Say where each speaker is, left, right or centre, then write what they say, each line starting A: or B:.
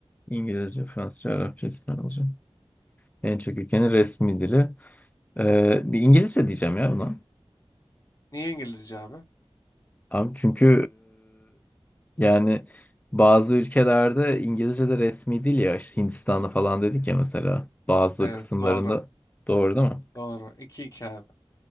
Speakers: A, on the left; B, on the left.
A: İngilizce, Fransızca, Arapça, İspanyolca. En çok ülkenin resmi dili. Ee, bir İngilizce diyeceğim ya buna.
B: Niye İngilizce abi?
A: Abi çünkü e, yani bazı ülkelerde İngilizce de resmi değil ya işte Hindistan'da falan dedik ya mesela bazı
B: Evet
A: kısımlarında
B: doğru.
A: doğru değil mi?
B: Doğru. 2 iki abi.